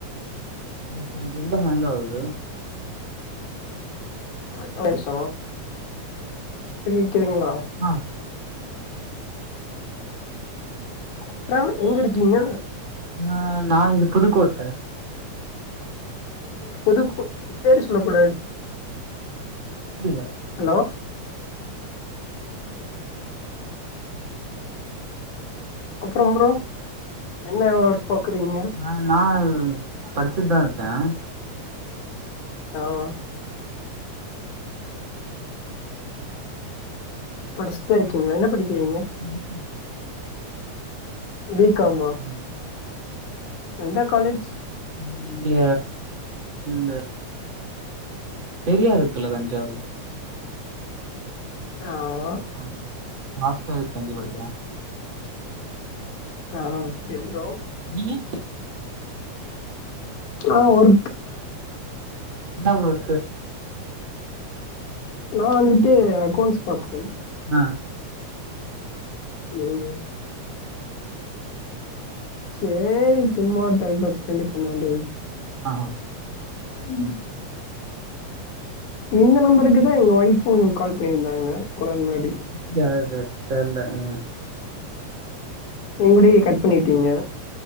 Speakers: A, on the right; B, on the left.
A: இந்த ஃபோன் ரெம்ப ஹாங்காவ்து
B: எப்ப வருஷ செரியா <unintelligible>
A: நா
B: அப்ற எங்கருக்கீங்க
A: நா நா இங்க புதுக்கோட்ட
B: புதுக் பேரு சொல்ல கூடாதுன்ச்சு
A: அப்டில்ல
B: ஹலோ அப்பற ப்ரோ என்ன ஒர்க் பாக்குறீங்க
A: ஆ நா படிச்சிட்தா இருக்க <inaudible>
B: ஆ படிச்சுதா இருக்கீங்ளா என்ன படிக்கிறீங்க
A: பி காம் ஃபைனல்
B: பி காமா
A: ஆ
B: எந்த காலேஜ்
A: நா இங்க இந்த சரியா இருக்குல அஞ்சாருல
B: ஆ ஓ
A: அம் ஹாஸ்ட்டல்ல தங்கி படிக்கிற
B: <unintelligible> எல்லோ
A: நீங்க
B: ஆ ஒரு
A: என்ன ஒர்கு
B: நா வந்துட்டு அக்கௌன்ஸ் பாக்குறே
A: ஆ
B: உம் சேரி சும்மா டைம் பாஸ் காண்டி பண்ண வேண்டியது
A: ஆஹ
B: ம் இந்த நம்பருக்கு தான் எங்க ஒய்ஃப் உ கால் பண்ணியிருந்தாங்க கொஞ்ச நேர முன்னாடி
A: அப்டி ஆயிருகாது தெரில ஆ
B: எங்குடி கட் பண்ணிட்டீங்க